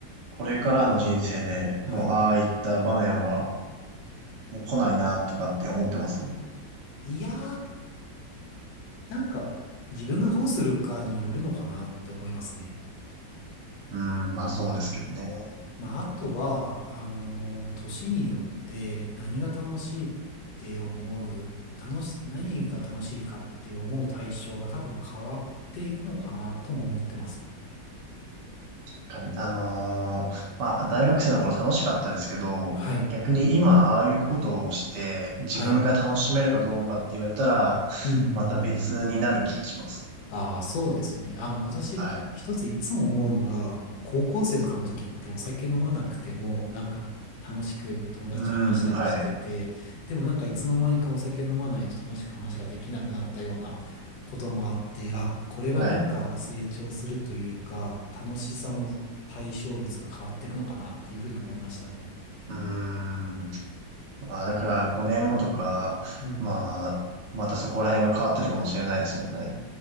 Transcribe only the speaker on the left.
はい。
いやー、なんか、自分がどうするかによるのかなって思いますね。
うーん。
まあ、あとは、あのー年によって何が楽しいって思う、楽し、何が楽しいかって思う対象が多分変わっていくのかなとも思ってます。
はい。
はい。うん、うん、うん、うんう
ん。ああ、そうですよね。あの、私、
一ついつも思うのが、高校生とかの時ってお酒飲まなくても、なんか楽しく友達と話したりしてて、
でもなんかいつの間にかお酒飲まないと楽しく話ができなくなったようなこともあって、あ、これがなんか成長するというか、
楽しさの対象物が変わっていくのかなっていうふうに思いましたね。
うん。